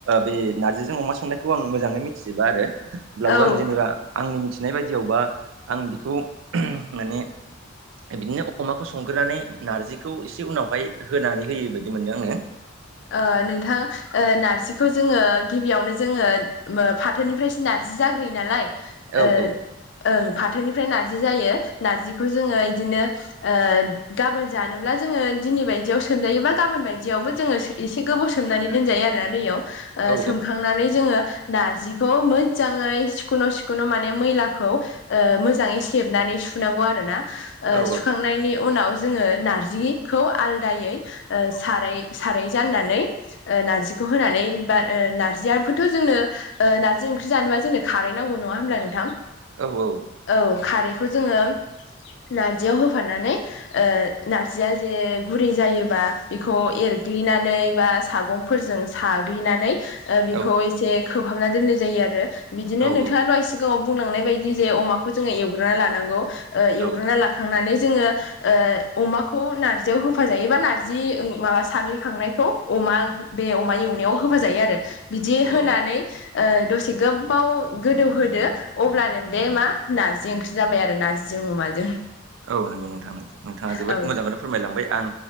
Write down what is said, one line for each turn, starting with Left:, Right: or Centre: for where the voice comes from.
Right: बे नारजिजों अमा संनायखौ आं मोजांङै मिथिजोबा आरो। अब्लाबो
Left: औ ओ
Right: आं जेनेबा आंनि मिथिनाय बायदियावबा आं बिखौ माने बिदिनो अमाखौ संग्रोनानै नारजिखौ एसे उनावहाय होनानै होयो बायदि मोनदों आंङो।
Left: ओ नोंथां ओ नारजिखौ जोंङो गिबियावनो जोंङो ओ फाथोनिफ्रायसो नारजि जाग्रोयो नालाय
Right: औ
Left: ओ ओं फाथोनिफ्राय नार्जि जायो नार्जिखौ जोंङो बिदिनो ओ गाबोन जानोब्ला जोंङो दिनै बायदियाव सोमजायोबा गाबोन बायदियावबो जोंङो सो एसे गोबाव सोमनानै दोनजायो आरोना दैयाव ओ
Right: औ
Left: सोमखांनानै जोंङो नारजिखौ मोजांङै सिखन' सिखन' माने मैलाखौ मोजांङै सेबनानै सुनांगौ आरोना। ओ
Right: औ
Left: सुखांनायनि उनाव जोंङो नारजिखौ आलदायै ओ सारै सारै जाननानै ओ नार्जिखौ होनानै बा नार्जिआबोथ' जोंनो ओ नारजि ओंख्रि जानोबा जोंनो खारै नांगौ नंङा होनोमब्ला नोंथां?
Right: औ औ।
Left: औ खारैखौ जोंङो नारजियाव होफानानै ओ नारजिया एसे गुरै जायोबा बेखौ एरग्लिनानै नै बा सागंफोरजों साग्लिनानै ओ बेखौ
Right: औ
Left: एसे खोबहाबना दोननाय जायो आरो बिदिनो
Right: औ
Left: नोंथांङा दहायस सिगांङाव बुंलांनाय बायदि जे अमाखौ जोंङो एवग्रोना लानांगौ ओ एवग्रोना
Right: औ
Left: ला खांनानै जोंङो ओ अमाखौ नार्जियाव होफा जायोबा नार्जि माबा साग्लिखांनाय खौ अमा ओंख्रि बे अमा एवनायाव होफा जायो आरो बिदि होनानै
Right: औ
Left: दसे गोब्बाव गोदौहोदो। अब्लानो बे मा नारजि ओंख्रि जाबाय आरो नार्जिजों अमाजों।
Right: औ नंगौ नोंथा नंगौ नोंथाङा जोबोद
Left: औ
Right: मोजांखौनो फोरमायलांबाय आं